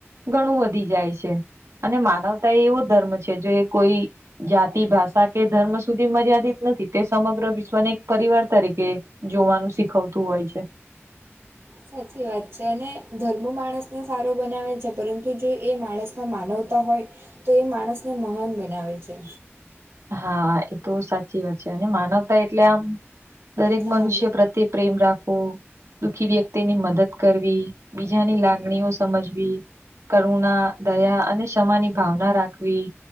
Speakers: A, on the right; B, on the right.
A: ઘણું વધી જાય છે અને માનવતા એ એવો ધર્મ છે જે કોઈ જાતિ ભાષા કે ધર્મ સુધી મર્યાદિત નથી તે સમગ્ર વિશ્વને એક પરિવાર તરીકે જોવાનું શીખવતું હોય છે.
B: સાચી વાત છે અને ધર્મ માણસને સારો બનાવે છે પરંતુ જો એ માણસમાં માનવતા હોય તો એ માણસને મહાન બનાવે છે.
A: હા એ તો સાચી વાત છે અને માનવતા એટલે આમ દરેક મનુષ્ય
B: આ
A: પ્ર તે પ્રેમ રાખો દુઃખી વ્યક્તિની મદદ કરવી બીજાની લાગણીઓ સમજવી. કરુણા દયા અને ક્ષમાની ભાવના રાખવી